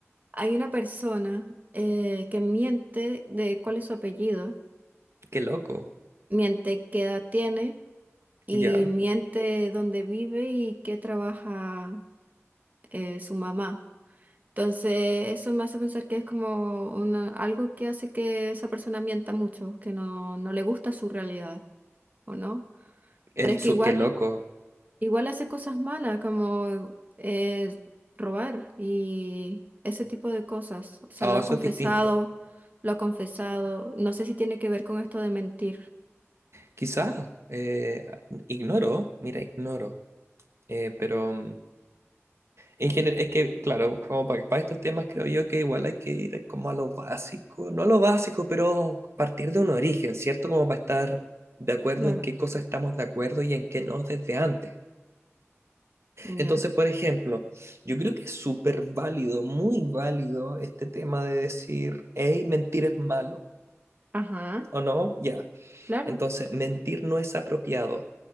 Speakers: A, on the right; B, on the right.
A: Hay una persona eh, que miente de cuál es su apellido,
B: qué loco.
A: miente qué edad tiene y
B: Ya.
A: miente dónde vive y qué trabaja eh, su mamá. Entonces, eso me hace pensar que es como una, algo que hace que esa persona mienta mucho, que no, no le gusta su realidad, ¿o no?
B: El
A: Pero es
B: Tsuke
A: que igual
B: loco.
A: Igual hace cosas malas como eh, robar y ese tipo de cosas. O sea,
B: Ah,
A: lo ha
B: eso
A: confesado,
B: es distinto.
A: lo ha confesado. No sé si tiene que ver con esto de mentir.
B: Quizá, eh, ignoro, mira, ignoro. Eh, pero mm, en general, es que, claro, como para, estos temas creo yo que igual hay que ir como a lo básico, no a lo básico, pero partir de un origen, ¿cierto? Como para estar de acuerdo
A: Claro,
B: en qué cosas estamos de acuerdo y en qué no desde antes. Entonces,
A: ya.
B: por ejemplo, yo creo que es súper válido, muy válido este tema de decir, hey, mentir es malo,
A: Ajá,
B: ¿o no? Ya
A: claro.
B: Entonces, mentir no es apropiado.